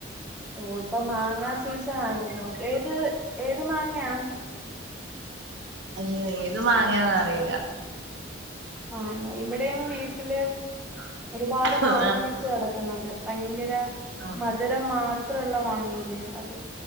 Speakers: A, in the centre; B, on the right.
A: ഓ ഇപ്പൊ മാങ്ങാ സീസൺ ആണല്ലോ ഏത് ഏത് മാങ്ങയാ?
B: അയ്യ ഏത് വാങ്ങയാന്ന് അറിയില്ല
A: ആഹ് ഇവിടെയും വീട്ടില് ഒരുപാട്
B: ആഹ്
A: മാങ്ങ പിടിച്ച് കിടക്കുന്നുണ്ട് ഭയങ്കര
B: ആഹ്
A: മധുരം മാത്രള്ള വാങ്ങ ഇല്ലേ അത്